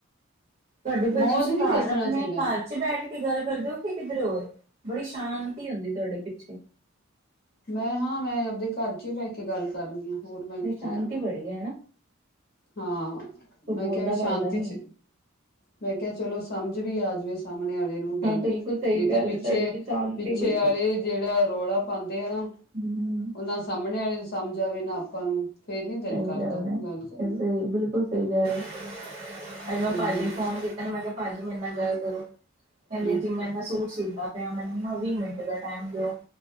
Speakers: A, on the right; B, on the left.
A: ਤੁਹਾਡੀ ਫਿਰ
B: ਮੌਜ
A: ਤੁਸੀਂ
B: ਨਹੀਂ
A: ਘਰ
B: ਦੱਸਣਾ
A: ਰੱਖਣੇ
B: ਚਾਹੀਦਾ
A: ਆ ਘਰ। ਬੈਠ ਕੇ ਗੱਲ ਕਰਦੇ ਓ ਕਿ ਕਿੱਧਰੇ ਹੋਰ ਬੜੀ ਸ਼ਾਂਤੀ ਹੁੰਦੀ ਤੁਹਾਡੇ ਪਿੱਛੇ।
B: ਮੈਂ ਹਾਂ ਮੈਂ ਆਪਦੇ ਘਰ ਚ ਹੀ ਬਹਿ ਕੇ ਗੱਲ ਕਰਨੀ ਹੋਰ ਮੈਂ
A: ਨਹੀਂ
B: ਕਿੱਥੇ ਜਾਣਾ।
A: <unintelligible> ਨਾ।
B: ਹਾਂ,
A: ਕੋਈ
B: ਮੈਂ
A: ਬੋਲਦਾ
B: ਕਿਹਾ ਵੀ ਸ਼ਾਂਤੀ
A: ਬਾਲਦਾ ਨੀ
B: ਚ
A: ਹੈ
B: ਮੈਂ ਕਿਹਾ ਚਲੋ ਸਮਝ ਵੀ ਆ ਜਾਵੇ ਸਾਹਮਣੇ ਆਲੇ ਨੂੰ ਗੱਲ।
A: ਬਿਲਕੁਲ ਸਹੀ
B: ਨਹੀਂ ਤਾਂ
A: ਗੱਲ
B: ਪਿੱਛੇ
A: ਹੈ, ਤੁਹਾਡੇ ਤੇ ਸ਼ਾਂਤੀ
B: ਪਿੱਛੇ
A: ਬਿਲਕੁਲ
B: ਆਲੇ, ਜਿਹੜਾ ਰੌਲਾ ਪਾਂਦੇ ਆ ਨਾ
A: ਹੂੰ,
B: ਉਹ ਨਾਂ ਸਾਹਮਣੇ ਆਲੇ ਨੂੰ ਸਮਝ ਆਵੇ ਨਾ ਆਪਾਂ ਨੂੰ। ਫੇਰ ਨੀ ਦਿਲ
A: ਸਹੀ
B: ਕਰਦਾ
A: ਗੱਲ ਐ
B: ਕਰਨ
A: ਸਹੀ
B: ਦਾ
A: ਬਿਲਕੁਲ ਸਹੀ ਕਹਿ ਰਹੇ ਓ। ਅੱਜ ਮੈਂ
B: ਹਾਂਜੀ
A: ਭਾਜੀ ਨੂੰ ਫੋਨ ਕੀਤਾ ਨਾ ਮੈਂ ਕਿਹਾ ਭਾਜੀ ਮੇਰੇ ਨਾਲ ਗੱਲ ਕਰੋ ਕਹਿੰਦੇ
B: ਹਮ
A: ਜੀ ਮੈਂ ਸੂਟ ਸੀਤਾ ਪਿਆ ਮੈਨੂੰ ਨਾ ਵੀਹ ਮਿੰਟ ਦਾ ਟਾਈਮ ਦਿਓ